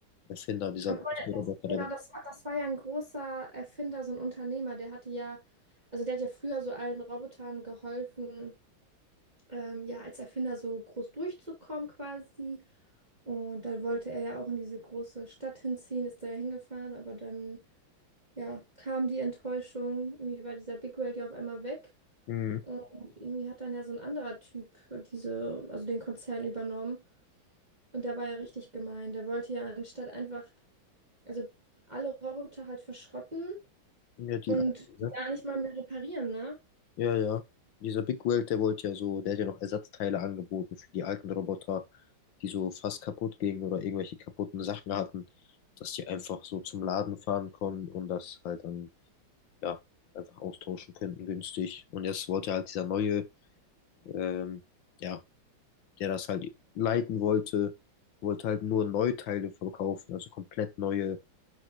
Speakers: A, on the left (about 70°); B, on the right (about 20°).
A: Erfinder, dieser
B: Das
A: große
B: war ja,
A: Roboter,
B: das, genau,
A: der.
B: das war, das war ja ein großer Erfinder, so ein Unternehmer, der hatte ja, also der hat ja früher so allen Robotern geholfen, ähm, ja, als Erfinder so groß durchzukommen quasi. Und dann wollte er ja auch in diese große Stadt hinziehen, ist da ja hingefahren, aber dann ja, kam die Enttäuschung. Irgendwie war dieser Big Whale ja auf einmal weg.
A: Mhm.
B: Und irgendwie hat dann ja so ein anderer Typ diese, also den Konzern übernommen. Und der war ja richtig gemein. Der wollte ja anstatt einfach, also alle Roboter halt verschrotten
A: Ja, die
B: und
A: alte, ne?
B: gar nicht mal mehr reparieren, ne?
A: Ja, ja. Dieser Big World, der wollte ja so, der hat ja noch Ersatzteile angeboten für die alten Roboter, die so fast kaputt gingen oder irgendwelche kaputten Sachen hatten, dass die einfach so zum Laden fahren konnten und das halt dann, ja, einfach austauschen könnten, günstig. Und jetzt wollte halt dieser neue, ähm, ja, der das halt leiten wollte, wollte halt nur Neuteile verkaufen, also komplett neue,